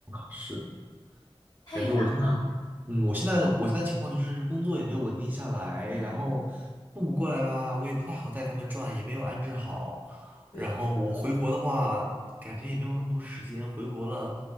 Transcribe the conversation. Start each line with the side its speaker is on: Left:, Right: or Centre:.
Right: 嗯，是。
Left: 太远了。
Right: 感觉我现在，嗯，我现在我现在情况就是工作也没有稳定下来，
Left: 嗯，
Right: 然后父母过来吧，我也不太好带他们转，也没有安置好。
Left: 对，
Right: 然后我回国的话，
Left: 是的。
Right: 感觉也没有那么多时间，回国了